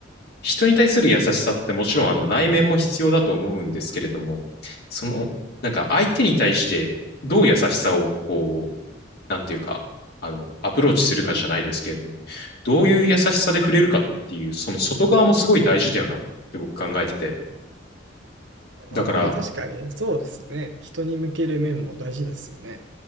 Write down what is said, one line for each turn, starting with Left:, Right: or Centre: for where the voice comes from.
Left: 人に対する優しさってもちろんあの内面も必要だと思うんですけれども、その、なんか相手に対してどう優しさをこう、なんていうか、あの、アプローチするかじゃないですけれども、どういう優しさで触れるかっていう、その外側もすごい大事だよなって僕考えてて。
Right: なるほど、
Left: だから、
Right: 確かに。そうですね。人に向ける面も大事ですよね。